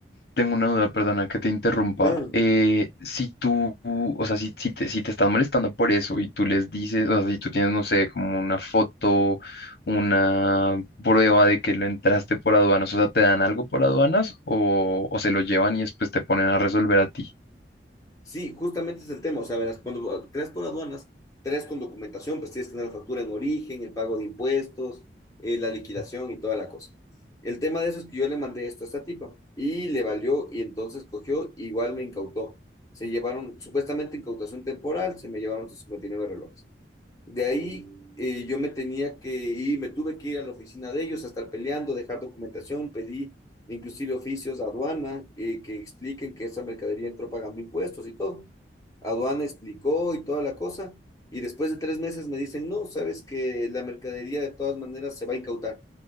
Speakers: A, on the left; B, on the left.
A: Tengo una duda, perdona que te interrumpa.
B: Ah,
A: Eh, si tú, o sea, si, si te, si te están molestando por eso y tú les dices, o sea, si tú tienes, no sé, como una foto, una prueba de que lo entraste por aduanas, o sea, ¿te dan algo por aduanas o, o se lo llevan y después te ponen a resolver a ti?
B: Sí, justamente es el tema. O sea, verás, cuando crees por aduanas, tres con documentación, pues tienes que tener la factura en origen, el pago de impuestos, eh, la liquidación y toda la cosa. El tema de eso es que yo le mandé esto a esta tipa y le valió y entonces cogió, igual me incautó. Se llevaron, supuestamente incautación temporal, se me llevaron sus 59 relojes. De ahí eh, yo me tenía que ir, me tuve que ir a la oficina de ellos a estar peleando, dejar documentación, pedí inclusive oficios a aduana eh, que expliquen que esa mercadería entró pagando impuestos y todo. Aduana explicó y toda la cosa, y después de tres meses me dicen, no, sabes que la mercadería de todas maneras se va a incautar,